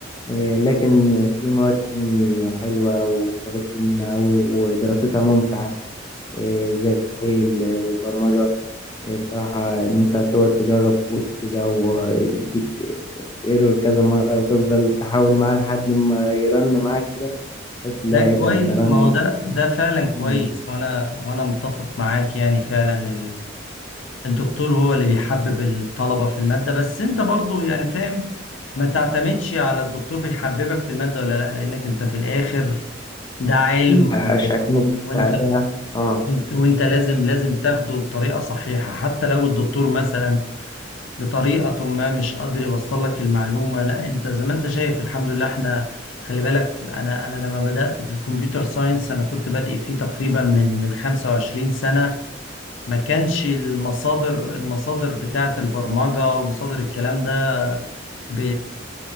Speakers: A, on the left (about 20°); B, on the left (about 75°).
A: إيه، لكن في مواد تانية حلوة واستفدت منها أوي ودراستها ممتعة إيه، زي البرمجة إيه، بصراحة إن أنت تقعد تجرب كود كده ويديك ايرور كذا مرة وتفضل تحاول معاه لحد ما يرن معاك كده تحس اللي
B: ده
A: هو
B: كويس
A: إيه ده ده رن
B: ما هو ده ده فعلا كويس
A: مم.
B: وانا وانا متفق معاك يعني فعلا الدكتور هو اللي بيحبب الطلبة في المادة بس انت برضو يعني فاهم ما تعتمدش على الدكتور بيحببك في المادة ولا لا لانك انت في الاخر ده علم
A: أكيد هشتمك
B: و... وانت
A: عليها أه
B: انت- وانت لازم لازم تاخده بطريقة صحيحة حتى لو الدكتور مثلا بطريقة ما مش قادر يوصل لك المعلومة لا انت زي ما انت شايف الحمد لله احنا خلي بالك انا انا لما بدأت في الكمبيوتر ساينس انا كنت بادئ فيه تقريبا من من 25 سنة ما كانش المصادر المصادر بتاعة البرمجة ومصادر الكلام ده ب...